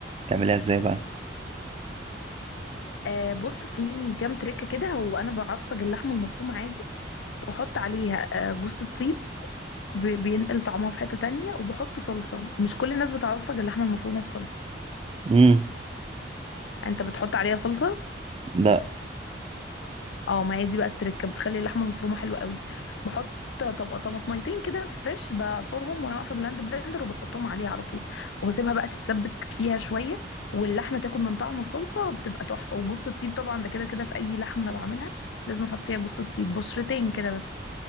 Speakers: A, on the right; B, on the left.
A: بتعملها ازاي بقى؟
B: آه بص في كام تريكة كده هو انا بعصج اللحمة المفرومة عادي بحط عليها آه جوزة الطيب بي- بينقل طعمها في حتة تانية وبحط صلصة مش كل الناس بتعصج اللحمة المفرومة بصلصة
A: امم
B: انت بتحط عليها صلصة
A: لا
B: اه ما هي دي بقى التركه بتخلي اللحمه المفرومه حلوه قوي بحط طب طماطميتين كده فريش بعصرهم وانا واقفه بلاند بلندر وبحطهم عليها على طول واسيبها بقى تتسبك فيها شويه واللحمه تاخد من طعم الصلصه بتبقى تحفه وجوز الطيب طبعا ده كده كده في اي لحمه انا بعملها لازم احط فيها جوز الطيب بشرتين كده بس